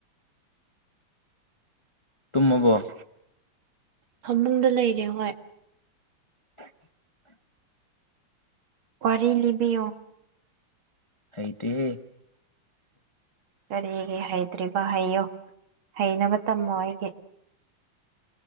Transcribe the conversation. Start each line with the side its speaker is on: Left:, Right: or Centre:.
Left: ꯇꯨꯝꯃꯕꯣ
Right: ꯐꯃꯨꯡꯗ ꯂꯩꯔꯦ ꯍꯣꯏ
Left: <unintelligible>
Right: ꯋꯥꯔꯤ ꯂꯤꯕꯤꯌꯣ
Left: ꯍꯩꯇꯦ ꯍꯦ
Right: ꯀꯔꯤꯒꯤ ꯍꯩꯇ꯭ꯔꯤꯕ ꯍꯩꯌꯣ ꯍꯩꯅꯕ ꯇꯝꯃꯣ ꯑꯩꯒꯤ